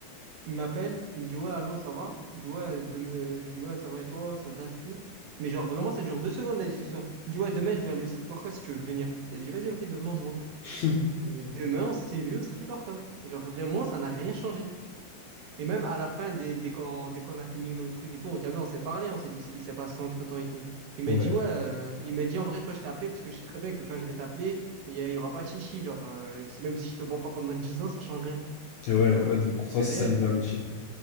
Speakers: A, on the right; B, on the left.
A: Il m'appelle, il me dit ouais, allô, ça va? Je dis ouais, demain- je dis ouais, ça va et toi, ça date et tout. Mais genre vraiment, ça dure deux secondes la discussion. Il me dit ouais, demain, je vais aller au Street Workout si tu veux venir. Je dis vas-y, ok, demain, on se voit.
B: <laughs>
A: Et demain, on s'est vu au Street Workout. C'est Genre vraiment, ça n'a rien changé. Et même à la fin, dès, dès qu'on, dès qu'on a fini nos trucs et tout, t'as vu, on s'est parlé, on s'est dit ce qui s'est passé entre-temps et tout. Il m'a
B: Ouais,
A: dit ouais, euh, il m'a dit en vrai, toi, je t'ai appelé parce que je sais très bien que quand je vais t'appeler, il y, a- il y aura pas de chichi. Genre, euh, même si je te vois pas pendant 10 ans, ça change rien.
B: Et ouais,
A: Je dis ouais, euh,
B: ouais, donc pour toi,
A: c'est
B: c'est
A: réel.
B: ça une vraie amitié.